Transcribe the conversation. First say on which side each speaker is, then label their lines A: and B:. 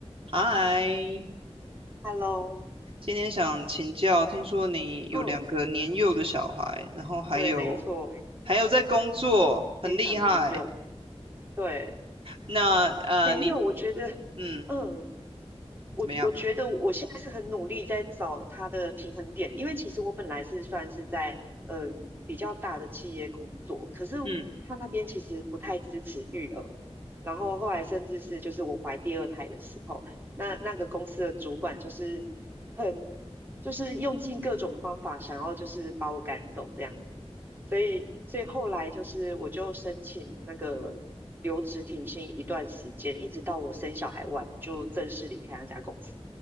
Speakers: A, on the right; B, on the right.
A: 嗨，
B: Hello，
A: 今天想请教，听说你有两个年幼的小孩，
B: 嗯，
A: 然后还有
B: 对，没错，
A: 还有在工作，很厉害。
B: 非常年幼，对，
A: 那呃，
B: 没有，
A: 你
B: 我觉得，
A: 嗯
B: 嗯，我我觉得我现在是很努力在找它的平衡点，
A: 怎么样？
B: 因为其实我本来是算是在嗯、呃比较大的企业工作，可是他那边其实不太支持育儿，
A: 嗯
B: 然后后来甚至是就是我怀第二胎的时候，那那个公司的主管就是很就是用尽各种方法想要就是把我赶走这样子，所以所以后来就是我就申请那个留职停薪一段时间，一直到我生小孩完就正式离开那家公司。